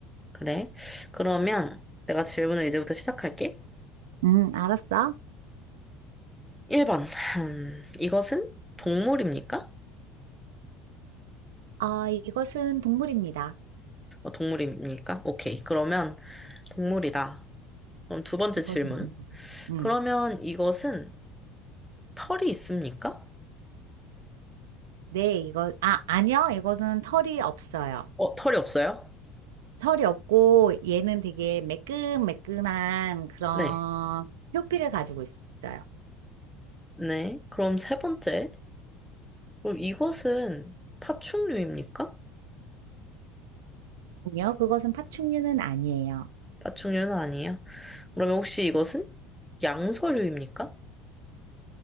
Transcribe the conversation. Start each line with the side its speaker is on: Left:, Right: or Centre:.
Centre: 그래. 그러면 내가 질문을 이제부터 시작할게.
Right: 음, 알았어.
Centre: 1번. 이것은 동물입니까?
Right: 아, 이것은 동물입니다.
Centre: 어, 동물입니까? 오케이. 그러면 동물이다. 그럼 두 번째
Right: 이것은
Centre: 질문.
Right: 동물. 음,
Centre: 그러면 이것은 털이 있습니까?
Right: 네, 이거, 아, 아니요. 이거는 털이 없어요.
Centre: 어, 털이 없어요?
Right: 털이 없고, 얘는 되게 매끈매끈한 그런
Centre: 네. 아,
Right: 표피를 가지고 있어요.
Centre: 네. 그럼 세 번째. 그럼 이것은 파충류입니까?
Right: 아니요, 그것은 파충류는 아니에요.
Centre: 파충류는 아니에요. 그러면 혹시 이것은 양서류입니까?